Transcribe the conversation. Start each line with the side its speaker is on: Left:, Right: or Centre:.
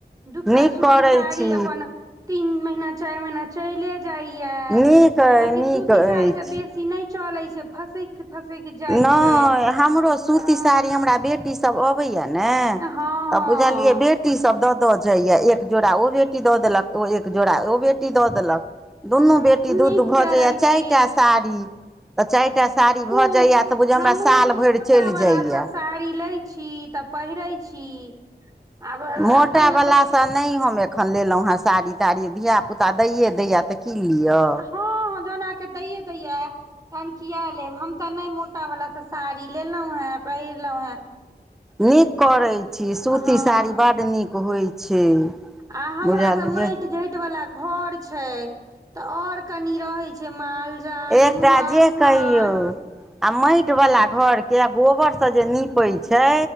Right: दूटा
Centre: नीक
Right: सूती
Centre: करै
Right: साड़ी
Centre: छी
Right: अपन तीन महीना, चाएर महीना चले जाय या
Centre: नीक अइ
Right: कियाकि
Centre: नीक
Right: सूती
Centre: अछि
Right: साड़ी तऽ बे सी नै चलै छै, फसैक-फसैक जाय
Centre: नहि
Right: छै।
Centre: हमरो सूती
Right: अ हँ
Centre: साड़ी हमरा बेटी सब अबैया नै
Right: हँ
Centre: तऽ बुझलियै बे टी सब दऽ दऽ जायया, एक जोड़ा ओ बेटी दऽ देलक ओ एक जोड़ा ओ बेटी दऽ देलक।
Right: ह
Centre: दुनू बेटी दू-दू
Right: नीक
Centre: भऽ
Right: करै
Centre: जायया चाएरटा
Right: छी
Centre: साड़ी तऽ चाएरटा साड़ी भऽ
Right: उ
Centre: जाइए तऽ बुझियौ
Right: हमु
Centre: हमरा साल
Right: मोटा
Centre: भरि चलि
Right: वाला
Centre: जाइए
Right: से साड़ी लै छी तऽ पहिरै छी। आब
Centre: मोटा
Right: एखन जे
Centre: बला
Right: दोक
Centre: सन नै हम एखन लेलौ हेँ साड़ी-ताड़ी धिया पुता दैेये दैया तऽ की लियो।
Right: हां-हां जहन अहाँ के दैेये दैया, तहन किया लेब हम ते नै मोटा वला से साड़ी लेलौ हैं, पहिरलौ हैं।
Centre: नीक करै छी, सूती
Right: हँ
Centre: साड़ी बड नीक होय छै।
Right: आ हमरा
Centre: बुझलियै
Right: तऽ मेएट-झेएट वला घर छै तऽ और कनी रहै छै माल जाल
Centre: एकटा
Right: इम्हर
Centre: जे
Right: उम्हर
Centre: कहियौ आ मेएट
Right: हँ
Centre: बला घर के गोबर से जे नीपे छै